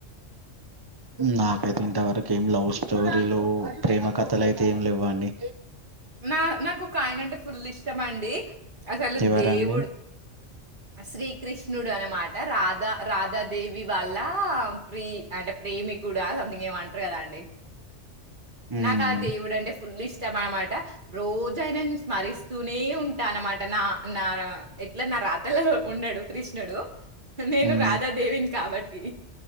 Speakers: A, on the right; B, on the right.
A: నాకైతే ఇంతవరకు ఏం లవ్ స్టోరీలు ప్రేమ కథలు అయితే ఏమి లెవ్వండి.
B: నా నాకు ఒక ఆయన అంటే ఫుల్ ఇష్ ష్టమండి అసలు
A: ఎవరండి
B: దేవుడు శ్రీ కృష్ణుడు అనమాట రాధా రాధా దేవి వాళ్ళ ప్రి అంటే ప్రేమికుడా సంథింగ్ ఏమంటరు కదా అండి
A: మ్మ్
B: నాకు ఆ దేవుడు అంటే ఫుల్ల్ ఇష్ ష్టమనమా ట రోజు ఆయనని స్మరిస్తూనే ఉం ట అనమాట న నార ఎట్లా నా రాతలలో ఉండడు కృష్ణుడు. నేను
A: మ్మ్
B: రాధాదేవిని కాబట్టి